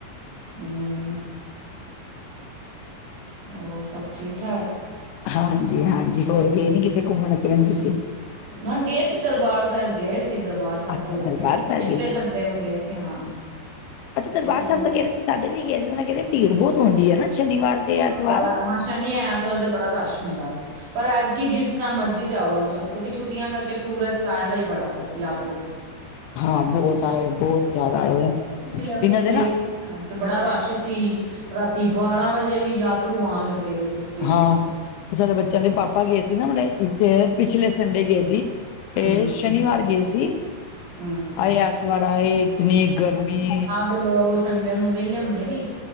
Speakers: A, on the right; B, on the left.
A: ਹੂੰ-ਹੂੰ, ਹੋਰ ਸਭ ਠੀਕ-ਠਾਕ?
B: ਹਾਂਜੀ-ਹਾਂਜੀ, ਹੋਰ ਗਏ ਨੀ ਕਿਤੇੇ ਘੁੰਮਣ ਫਿਰਨ ਤੁਸੀਂ?
A: ਨਾ ਗਏ ਸੀ ਦਰਬਾਰ ਸੈਬ ਗਏ ਸੀ ਗਏ ਸੀ ਦਰਬਾਰ ਸੈਬ
B: ਅੱਛਾ
A: ਤੋਂ
B: ਦਰਬਾਰ
A: ਹੋ ਕੇ ਆ ਗਏ,
B: ਸਾਹਿਬ
A: ਪਿਛਲੇ
B: ਸੀ
A: ਸੰਡੇ ਨੂੰ ਗਏ ਸੀ ਹਾਂ,
B: ਅੱਛਾ ਦਰਬਾਰ
A: ਪਿਛਲੇ
B: ਸਾਹਿਬ ਦਾ ਕਹਿ ਰਹੇ ਸੀ ਸਾਡੇ ਵੀ ਗਏ ਸੀ, ਓ ਮੈਂ ਕੈ ਰੀ ਭੀੜ ਬੋਤ ਹੁੰਦੀ ਏ ਨਾ ਸ਼ਨੀਵਾਰ ਤੇ ਐਤਵਾਰ।
A: ਬੜਾ ਹਾਂ ਸ਼ਨੀ, ਐਤਵਾਰ ਤੇ ਬੜਾ ਰਸ਼ ਹੁੰਦਾ ਵੇ ਪਰ ਐਤਕੀ ਜਿਸ ਤਰ੍ਹਾਂ ਮਰਜ਼ੀ ਜਾਓ ਕਿਉਂਕਿ ਛੁੱਟੀਆਂ ਕਰਕੇ ਟੂਰਿਸਟ ਆਇਆ ਦਾ ਈ ਬੜਾ ਵੇ ਯਾਤਰੂ।
B: ਹਾਂ ਬਹੁਤ ਆਏ ਹੋਏ, ਬਹੁਤ ਜਾਦਾ ਆਏ ਹੋਏ ਆ।
A: ਪਿਛਲੇ ਹਫ਼ਤੇ
B: ਇਨਾਂ ਦੇ ਨਾ
A: ਗਏ ਆ ਤੇ ਬੜਾ ਰਸ਼ ਸੀ, ਰਾਤੀ ਬਾਰਾਂ ਵਜੇ ਵੀ ਯਾਤਰੂ ਆਨ ਲੱਗੇ ਦੇ ਸੀ ਸਟੇਸ਼ਨ
B: ਹਾਂ,
A: ਤੇ
B: ਓ ਸਾਡੇ ਬੱਚਿਆਂ ਦੇ ਪਾਪਾ ਗਏ ਸੀ ਨਾ ਹੁਣੇ ਇਸ ਪਿਛਲੇ ਸੰਡੇ ਗਏ ਸੀ ਏ
A: ਹੂੰ
B: ਸ਼ਨੀਵਾਰ ਗਏ ਸੀ
A: ਹੂੰ
B: ਆਏ ਐਤਵਾਰ ਆਏ ਇਤਨੀ ਗਰਮੀ।
A: ਤੇ ਲੋਗ ਸੰਡੇ ਨੂੰ ਵੇਲੇ ਹੁੰਦੇ ਨੀ